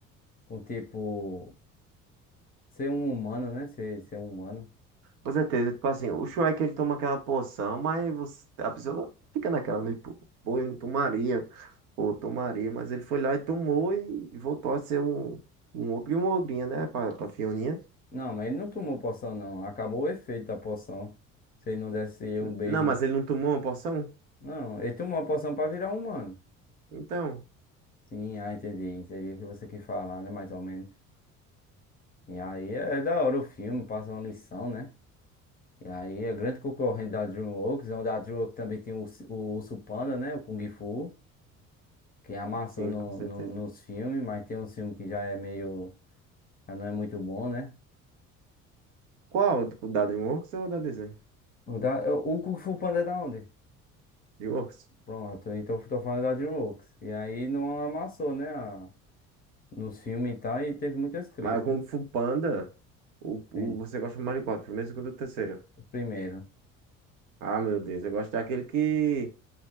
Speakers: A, on the left; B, on the right.
A: com tipo, ser um humano, né? Ser, ser um humano.
B: Com certeza. Tipo assim, o Shrek ele toma aquela poção, mas você, a pessoa fica naquela, né? Pô, pô, eu não tomaria, ou tomaria, mas ele foi lá e tomou e voltou a ser um, um ogro e uma ogrinha, né? Pra, pra Fioninha.
A: Não, mas ele não tomou poção, não. Acabou o efeito da poção. Se ele não desse um
B: N-
A: beijo.
B: Não, mas
A: em-
B: ele não tomou uma poção?
A: Não, ele tomou a poção pra virar humano.
B: Então,
A: Sim, ah, entendi. Entendi o que você quis falar, né? Mais ou menos. E aí é, é da hora o filme, passa uma lição, né? E aí é grande concorrente da DreamWorks, onde a DreamWorks também tem o, ursi- o Urso Panda, né? O Kung Fu, que amassou
B: sim,
A: no,
B: com certeza.
A: no- nos filmes, mas tem um filme que já é meio. Já não é muito bom, né?
B: Qual? O da DreamWorks ou o da Disney?
A: O, da, o Kung Fu Panda é da onde?
B: DreamWorks.
A: Pronto, então eu tô falando da DreamWorks. E aí não amassou, né? a- nos filmes e tal, e teve muitas críticas.
B: Mas o Kung Fu Panda, o,
A: Sim,
B: o, você gosta mais de qual? Primeiro, segundo ou terceiro?
A: o primeiro.
B: Ah, meu Deus, eu gosto daquele que,